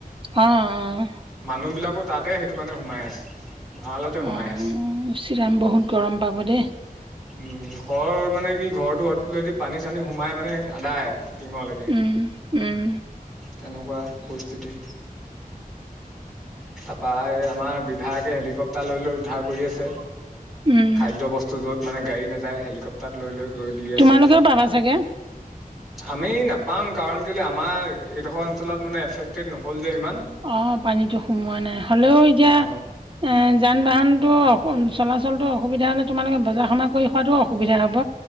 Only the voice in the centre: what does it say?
মানুহবিলাকো তাতে সেইটো কাৰণে সোমাই আছে। ভঁৰালতে সোমাই
আছে
উম ঘৰ মানে, কি ঘৰটো অটদি পানী -চানী সোমাই মানে আদায়। টিঙলৈকে,
তেনেকুৱা পৰিস্থিতি। তাৰপৰা এই আমাৰ বিধায়কে হেলিকপ্তাৰ লৈ লৈ উদ্ধাৰ কৰি আছে।
খাদ্যবস্তু য'ত মানে গাড়ী নাযায় হেলিকপ্তাৰত লৈ লৈ গৈ দি আছে।
আমি নাপাওঁ কাৰণ কেলে আমাৰ এইডোখৰ অঞ্চলত মানে এফেক্টেড নহল যে ইমান।
অ